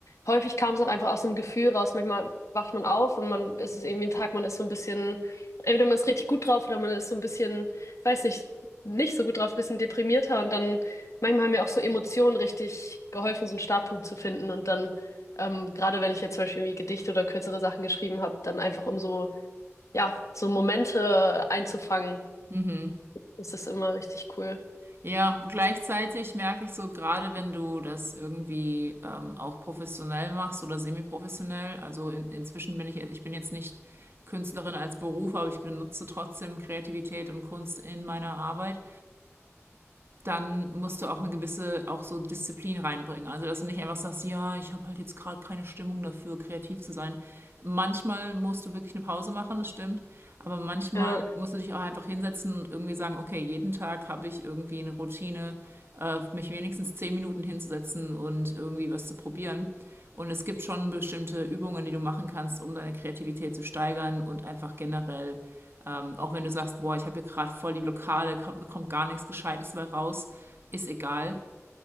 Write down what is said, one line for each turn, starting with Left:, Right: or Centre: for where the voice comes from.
Left: häufig kam es auch einfach aus dem Gefühl raus. Manchmal wacht man auf und man ist es irgendwie ein Tag, man ist so ein bisschen, entweder man ist richtig gut drauf oder man ist so ein bisschen, weiß nicht, nicht so gut drauf, ein bisschen deprimierter. Und dann manchmal haben mir auch so Emotionen richtig geholfen, so einen Startpunkt zu finden. Und dann, ähm, gerade wenn ich jetzt zum Beispiel irgendwie Gedichte oder kürzere Sachen geschrieben habe, dann einfach um so, ja, so Momente einzufangen,
Right: Mhm.
Left: ist das immer richtig cool.
Right: Ja, gleichzeitig merke ich so, gerade wenn du das irgendwie ähm, auch professionell machst oder semi-professionell, also in, inzwischen bin ich, ich bin jetzt nicht Künstlerin als Beruf, aber ich benutze trotzdem Kreativität und Kunst in meiner Arbeit dann musst du auch eine gewisse auch so Disziplin reinbringen. Also dass du nicht einfach sagst, ja, ich habe halt jetzt gerade keine Stimmung dafür, kreativ zu sein. Manchmal musst du wirklich eine Pause machen, das stimmt. Aber manchmal
Left: Ja,
Right: musst du dich auch einfach hinsetzen und irgendwie sagen, okay, jeden Tag habe ich irgendwie eine Routine, äh, mich wenigstens zehn Minuten hinzusetzen und irgendwie was zu probieren. Und es gibt schon bestimmte Übungen, die du machen kannst, um deine Kreativität zu steigern und einfach generell ähm, auch wenn du sagst, boah, ich habe hier gerade voll die Lokale, kommt, kommt gar nichts Gescheites dabei raus, ist egal.